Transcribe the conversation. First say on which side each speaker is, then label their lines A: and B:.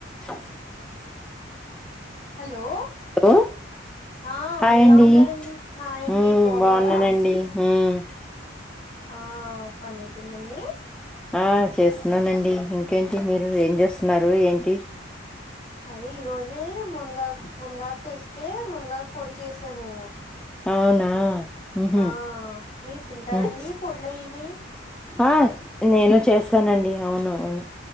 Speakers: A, in the centre; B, on the left.
A: హ
B: hello
A: hello
B: ఆ
A: hi
B: ఎలా
A: అండి
B: ఉన్నారండి హాయ్ అండీ
A: ఉమ్
B: బాగున్నారా
A: బాగున్నానండి ఉమ్
B: ఆ పని అయిపోయిందండి
A: ఆ చేస్తున్నానండి ఇంకేంటి మీరు ఏం చేస్తున్నారు ఏంటి
B: అదే ఈ రోజే మునగా మునగాకు తెస్తే మునగాకు పొడి చేసాము
A: అవునా ఉహు
B: ఆ మీరు తింటారండి
A: ఉమ్
B: పొళ్ళు్యని
A: ఆ నేను చేస్తానండి అవునవును